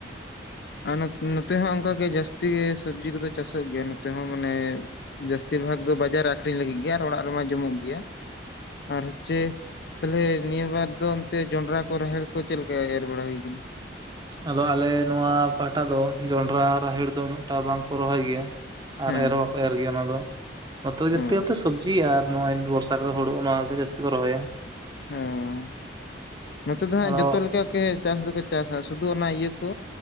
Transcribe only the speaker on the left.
ᱟᱨ ᱱᱚᱛᱮ ᱦᱚᱸ ᱚᱱᱠᱟ ᱜᱮ ᱡᱟᱹᱥᱛᱤ ᱜᱮ ᱥᱚᱵᱽᱡᱤ ᱠᱚᱫᱚ ᱪᱟᱥ- ᱜᱮᱭᱟ ᱱᱚᱛᱮ ᱦᱚᱸ ᱢᱟᱱᱮ ᱡᱟᱹᱥᱛᱤᱨ ᱵᱷᱟᱜᱽ ᱫᱚ ᱵᱟᱡᱟᱨ ᱨᱮ ᱟᱠᱷᱨᱤᱧ ᱞᱟᱹᱜᱤᱫ ᱜᱮ ᱟᱨ ᱚᱲᱟᱜ ᱨᱮᱢᱟ ᱡᱚᱢᱚᱜ ᱜᱮᱭᱟ᱾ ᱟᱨ ᱦᱚᱪᱪᱷᱮ ᱛᱟᱦᱚᱞᱮ ᱱᱤᱭᱟᱹ ᱵᱟᱨ ᱫᱚ ᱚᱱᱛᱮ ᱡᱚᱱᱰᱨᱟ ᱠᱚ ᱨᱟᱦᱮᱹᱲ ᱠᱚ ᱪᱮᱫ ᱞᱮᱠᱟ ᱮᱨ ᱵᱟᱲᱟ ᱦᱩᱭ ᱟᱠᱟᱱᱟ?
ᱦᱮᱸ
ᱦᱮᱸ
ᱦᱮᱸ ᱱᱚᱛᱮ ᱫᱚ ᱦᱟᱸᱜ
ᱡᱚᱛᱚ ᱞᱮᱠᱟ ᱪᱟᱥ ᱫᱚᱠᱚ ᱪᱟᱥᱟ ᱥᱩᱫᱩ ᱚᱱᱟ ᱤᱭᱟᱹ ᱠᱚ